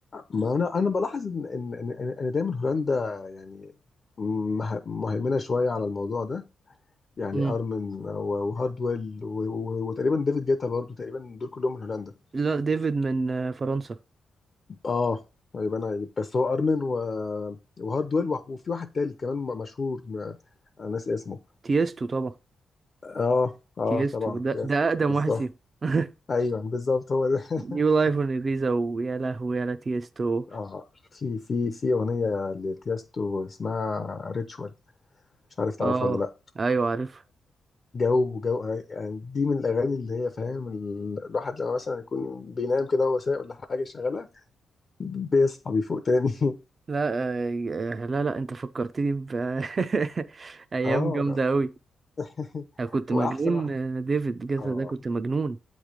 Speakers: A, on the left; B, on the right.
A: ما انا انا بلاحظ ان ان ان, إن إن دايما هولندا يعني مه- مهيمنه شويه على الموضوع ده يعني
B: <laughs> مم.
A: ارمن و- وهاردويل و- و- وتقريبا ديفيد جيتا برضو تقريبا دول كلهم من هولندا
B: لا ديفيد من آه، فرنسا
A: اه يبقى انا بس هو ارمن و... وهاردويل و- وفي واحد تالت كمان م- مشهور م- انا ناسي اسمه
B: تيستو طبعا
A: اه اه
B: تيستو
A: طبعا
B: ده
A: يس
B: ده اقدم
A: بالظبط
B: واحد فيهم <laughs>
A: ايوه بالظبط هو ده <laughs>
B: نيو لايف اون ايبيزا ويا لهوي يا لا تيستو
A: اه في في في اغنيه لتيستو اسمها ريتشوال مش عارف تعرفها
B: اه
A: ولا لا
B: ايوه عارف
A: جو جو آه، يعني دي من الاغاني اللي هي فاهم ال- الواحد لما مثلا يكون بينام كده وهو سايق ولا حاجه شغاله بيصحى بيفوق تاني <laughs>
B: لا آه، آه، لا لا انت فكرتني ب <laughs> ايام
A: اه
B: جامده
A: لا
B: قوي
A: <laughs>
B: انا كنت
A: واحسن
B: مجنون
A: واحد
B: آه، ديفيد جيتا
A: اه
B: ده كنت مجنون